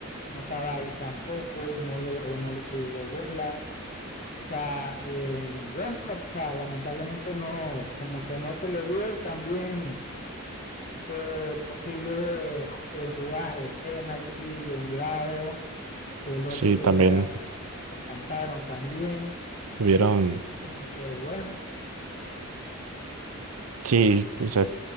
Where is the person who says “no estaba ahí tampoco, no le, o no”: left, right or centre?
Left